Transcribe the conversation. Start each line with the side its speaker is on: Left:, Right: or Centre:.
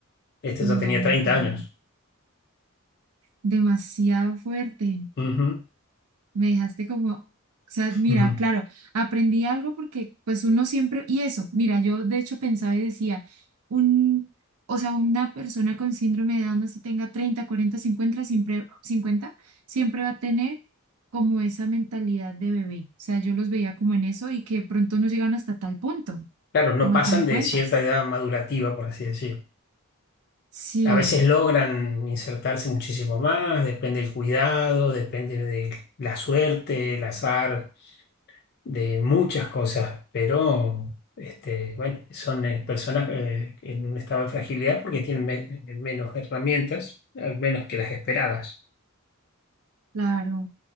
Left: Este
Right: no,
Left: ya tenía 30
Right: muy terrible,
Left: años.
Right: demasiado fuerte.
Left: Ujú,
Right: Me dejaste como, o sea, mira,
Left: ujú.
Right: claro, aprendí algo porque pues uno siempre, y eso, mira, yo de hecho pensaba y decía, un, o sea, una persona con síndrome de Down, así tenga 30 40 50 siempre, 50 siempre va a tener como esa mentalidad de bebé. O sea, yo los veía como en eso y que pronto no llegan hasta tal punto,
Left: Claro, no
Right: como
Left: pasan
Right: el que me
Left: de
Right: cuentas.
Left: cierta edad madurativa, por así decir.
Right: Sí,
Left: A veces logran insertarse muchísimo más, depende del cuidado, depende de la suerte, el azar, de muchas cosas, pero este, bueno, son eh, personas eh, en un estado de fragilidad porque tienen me- eh, menos herramientas, al menos que las esperadas.
Right: Claro.